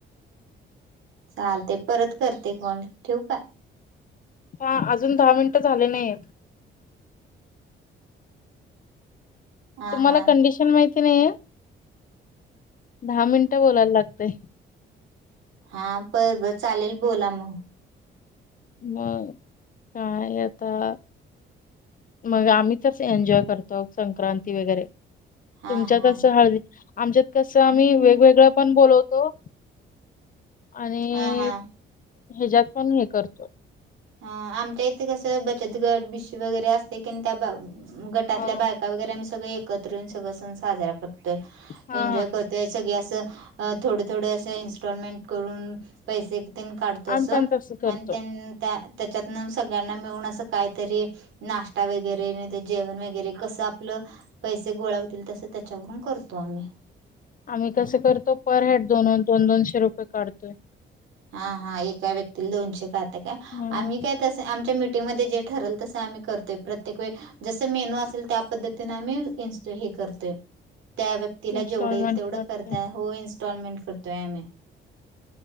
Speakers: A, on the right (about 75°); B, on the left (about 45°).
A: चालतंय, परत करते फोन ठेऊ का
B: हा, अजून दहा मिनिट झाले, नाहीयेत.
A: हा
B: तुम्हाला
A: हा
B: कंडिशन माहिती नाहीये? दहा मिनिटं बोलायला लागते.
A: हा, बरं बरं चालेल बोला मग
B: मग, काय आता मग, आम्ही तसं एन्जॉय करतो, संक्रांती वगैरे
A: हा
B: तुमच्याकसं
A: हा
B: हळदी आमच्यात कसं, आम्ही वेगवेगळं पण बोलवतो. आणि
A: हा हा
B: हेज्यात पण हे करतो.
A: हा, आमच्या इथे कसं, बचत गट बिशी वगैरे असते, की, नाय त्या गटातल्या
B: हा
A: बाय का वगैरे, आम्ही सगळे एकत्र येऊन सगळं सण साजरा करतोय,
B: हा
A: एन्जॉय
B: हा
A: करतोय सगळे, असं अ थोड थोडे, असे इनस्टॉलमेंट करून पैसे तिनं काढतो, असं
B: आम्ही पण तसं करतो
A: आणि तेन त्याच्यातनं सगळ्यांना मिळून अस काहीतरी नाश्ता वगैरे, नाही तर जेवण वगैरे, कसं आपलं. पैसे गोळा होतील तसं, त्याच्यावरून करतो आम्ही.
B: आम्ही कसं, करतो पर हेड दोन दोन दोनशे रुपये काढतोय.
A: हा, हा, एका व्यक्तीला दोनशे काढता काय,
B: हम्म
A: आम्ही काय तसं, आमच्या मीटिंगमध्ये जे ठरलं. तसं, आम्ही करतोय प्रत्येक वेळी. जसं मेनू असेल, त्या पद्धतीने आम्ही इन्स्ट हे करतोय, त्या तिला,
B: इन्स्टॉलमेंट
A: जेवढं येईल तेवढं
B: करतोय
A: करताय, हो इन्स्टॉलमेंट करतोय आम्ही.